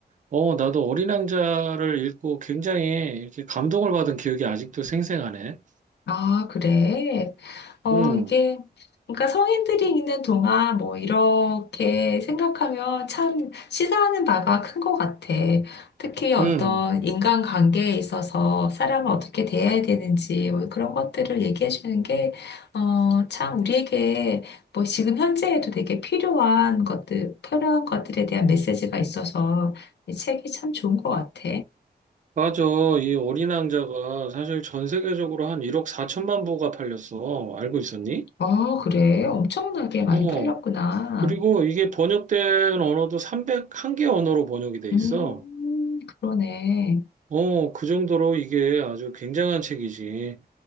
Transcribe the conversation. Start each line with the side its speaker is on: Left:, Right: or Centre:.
Right: 어, 나도 어린 왕자를 읽고 굉장히 이렇게 감동을 받은 기억이 아직도 생생하네.
Left: 아, 그래. 어,
Right: 음,
Left: 이게, 그러니까 성인들이 읽는 동안 뭐 이렇게 생각하면 참 시사하는 바가 큰 것 같아. 특히 어떤
Right: 음,
Left: 인간관계에 있어서 사람을 어떻게 대해야 되는지 뭐 그런 것들을 얘기해 주는 게, 어, 참 우리에게 뭐 지금 현재에도 되게 필요한 것들, 필요한 것들에 대한 메시지가 있어서 이 책이 참 좋은 것 같아.
Right: 맞아. 이 어린 왕자가 사실 전 세계적으로 한 1억 4천만 부가 팔렸어. 알고 있었니?
Left: 아, 그래. 엄청나게 많이
Right: 어.
Left: 팔렸구나.
Right: 그리고 이게 번역된 언어도 301개 언어로 번역이 돼
Left: 음,
Right: 있어.
Left: 그러네.
Right: 어, 그 정도로 이게 아주 굉장한 책이지.